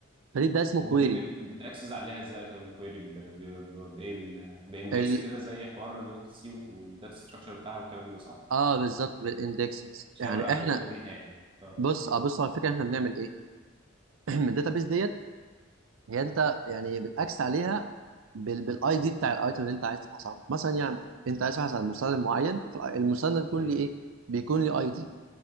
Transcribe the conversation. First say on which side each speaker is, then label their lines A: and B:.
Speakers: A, on the right (about 75°); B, on the right (about 25°).
A: فدي ده اسمه
B: ودي
A: كويري
B: بت... بتاكسس عليها ازاي طب الكويري ب... ب... ب... بايه بال... باندكس
A: ال...
B: كده زي حوار لغه السي والداتا ستراكشر بتاعها والكلام ده صح؟
A: اه بالظبط بالاندكسز
B: شاور
A: يعني
B: على
A: احنا
B: البيانات بيها يعني اه
A: بص اه بص على الفكره احنا بنعمل ايه <clears throat> الداتابيس ديت هي انت يعني بتاكس عليها بال... بالاي دي بتاع الايتم اللي انت عايز تبحث عنه مثلا يعني انت عايز تبحث عن مستند معين فالمستند بيكون
B: امم
A: ليه ايه بيكون ليه اي دي